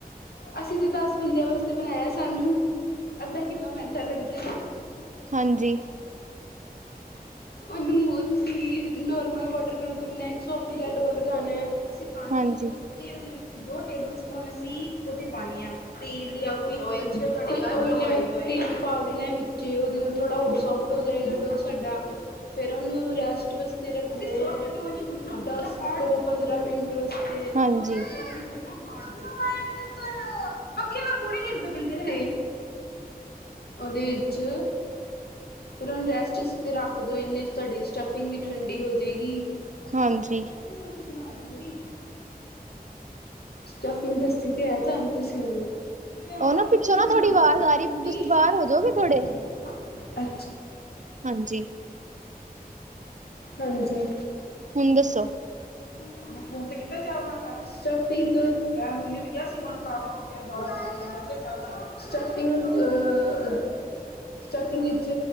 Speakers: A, on the left; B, on the right.
A: ਅਸੀਂ ਤਾ ਦਸ ਬੰਦਿਆਂ ਵਾਸਤੇ ਬਣਾਇਆ ਸਾਨੂੰ ਅੱਧਾ ਕਿੱਲੋ ਮੈਦਾ ਲੱਗਦਾ
B: ਹਾਂਜੀ।
A: ਓਨੂੰ ਤੁਸੀਂ ਨੋਰਮਲ ਵੋਟਰ ਨਾਲ ਗੁੰਨਣਾ ਇੱਕ ਸੋਫਟ ਜਿਆ ਡੋ ਲਗਾਨੈ ਅਸੀਂ ਪਾਣੀ
B: ਹਾਂਜੀ,
A: ਵਿੱਚ ਗੁੱਨ ਕੇ ਓਦੇ ਵਿੱਚ ਦੋ ਟੇਬਲ ਸਪੂਨ ਅਸੀਂ ਓਦੇ ਪਾਣੇ ਆ ਤੇਲ ਦੀ ਕੋਈ ਓਇਲ ਚ ਦੇਣਾ ਕੋਈ ਓਇਲ ਜ਼ਾ ਤੇਲ ਪਾ ਦੇਣਾ ਵਿਚੇ ਓਦੇ ਨਾਲ ਥੋੜਾ ਹੋਰ ਸੋਫ ਟ ਹੋ ਜਾਏਗਾ ਡੋ ਸਾਡਾ ਫੇਰ ਓਨੂੰ ਰੈਸਟ ਵਾਸਤੇ ਰੱਖਣਾ ਦਸ ਤੋਂ ਪੰਦਰਾਂ ਮਿੰ ਟ ਵਾਸਤੇ
B: ਹਾਂਜੀ,
A: ਸੋਫਟ ਡੋਅ ਨੀ ਗੁਨਣਾ ਹਾਰਡ ਡੋ ਗੁਣਨਾ ਪੱਖੇ, ਪੱਖੇ ਨਾਲ ਥੋੜੇ ਗਿਰਦੇ ਪਏ ਤੇਰੇ ਓਦੇ ਵਿਚ ਫੇਰ ਓਨੂੰ ਰੈਸਟ ਇਸ ਤੇ ਰੱਖ ਦੋ ਇੰਨੇ ਚ ਤੁਆਡੀ ਸਟਫਿੰਗ ਵੀ ਠੰਡੀ ਹੋ ਜੇਗੀ
B: ਹਾਂਜੀ।
A: ਕੀ ਅਸੀਂ ਬਣਾਇਆ ਥੋੜੀ ਸਟਫਿੰਗ ਦੱਸੀ ਤੇ ਹੈ ਤੁਆਨੂੰ ਤੁਸੀਂ ਓਨੂੰ ਤੇ ਹਾਂ
B: ਉਹ
A: ਓਨੂੰ
B: ਨਾ ਪਿੱਛੋਂ
A: ਤੁਸੀ
B: ਨਾ
A: ਬਣਾਨਾ
B: ਆਵਾਜ਼
A: ਥੋੜੀ ਸੀ
B: ਆ ਰਹੀ
A: ਠੰਡੀ
B: ਤੁਸੀਂ ਬਾਹਰ
A: ਸੀ ਓਨੂੰ
B: ਹੋ ਜਾਓਗੇ
A: ਕੀ
B: ਥੋੜੇ
A: ਕਰਨਾ ਐ
B: ਹਾਂਜੀ।
A: ਹਾਂਜੀ।
B: ਹੁਣ ਦੱਸੋ।
A: ਮੈਂ ਫੋਨ ਤੇ ਕੀਤਾ ਚਾਅ ਬਣਾ ਕੇ ਰੱਖ ਲੈ ਮੂਲੀਆਂ ਤੇ ਕਿਆ ਸੀ <unintelligible> ਚਾਅ ਬਣਾ ਕੇ ਰੱਖ ਸਟਫਿੰਗ ਅ ਸਟਫਿੰਗ ਵਿੱਚ